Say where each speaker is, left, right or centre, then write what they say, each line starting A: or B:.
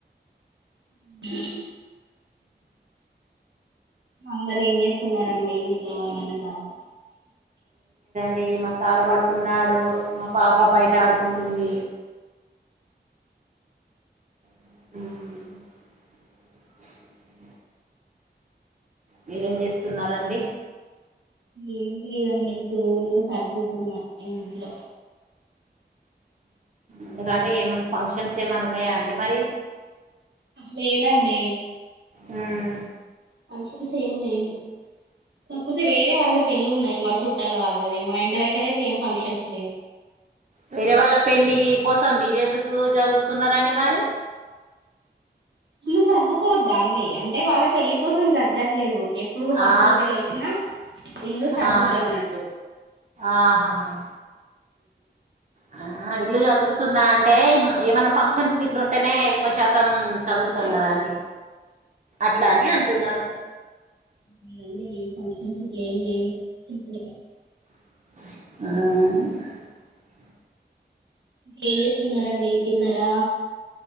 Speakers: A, on the right; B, on the right.
A: <inaudible> అందరు ఏం చేస్తున్నారండి ఇంట్లో వాళ్ళంతా
B: డి మా సారు పడుకున్నాడు మా పాప బయట ఆడుకుంటుంది <inaudible> మీరేం చేస్తున్నండి అండి
A: ఏం లేదండి రోజలు సర్దుకున్న ఇంట్లో
B: ఎందుకండి ఏమన్నా ఫంక్షన్స్ ఏమన్నా ఉన్నాయా అండి మరి
A: లేదండి
B: ఉమా
A: ఫంక్షన్ సేమ్ లే ఇద్ వేరే వాళ్ళది పెళ్ళలి ఉన్నది మా చుట్టాల వాళ్ళది మా ఇంటి దగ్గర అయితే ఏం ఫంక్షన్స్ లేవు
B: వేరే వాళ్ళ పెళ్ళికి కోసం మీరెందుకు జదుగుతున్నారని మరి <inaudible>
A: తీ సర్దుకోవద్దా అండి అంటే వాళ్ళ పెళ్లిి కోసం సర్ద్దట్లేదు ఎప్పుడు హాస్టల్
B: ఆ
A: క వెళ్ళ వచ్చినా ఇల్ సర్దు
B: ఆహా
A: తర్న్నట్టు
B: ఆహాహా ఆ ఇల్లు చదురుతున్నా అంటే ఏమైనా ఫంక్షన్స్ గ ఇట్లు ఉంటేనేక్ మొత్తం చదువుతాం
A: ఉమ్
B: కదా అండి అట్లా అని అంటున్నాను
A: లేదండి ఏ <unintelligible>
B: ఉమా
A: ఏం చేస్తున్నడి తిన్నరా